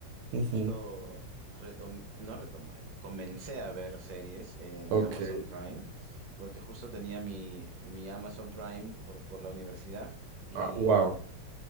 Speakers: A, on the right; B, on the right.
A: Ujú.
B: justo retom no retomé, comencé a ver series en
A: Ok.
B: Amazon Prime, porque justo tenía mi, mi Amazon Prime por, por la universidad y,
A: Ah, wow.